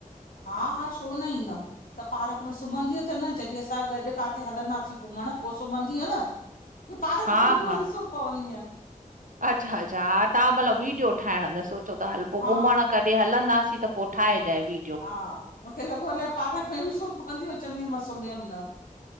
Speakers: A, on the left; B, on the right.
A: हा, हा छो न ईंदमि। त पार्क में सुम्हंदीअ त न जॾहिं असां गॾु काथे हलंदासीं घुमण पो सुम्हंदीअ न? की पार्क
B: हा
A: में बि वञी
B: हा
A: सुम्ह पवंदी?
B: अच्छा, अच्छा हा तव्हां भला वीडियो ठाहिण जो सोचो ता। हल पोइ
A: हा
B: घुमण क जे हलंदासीं त पोइ ठाहेजाए बी
A: हा, मुखे लॻो अलाए पार्क में बि सुम्ह पवंदि चवंदी मां सुम्हीयमि न।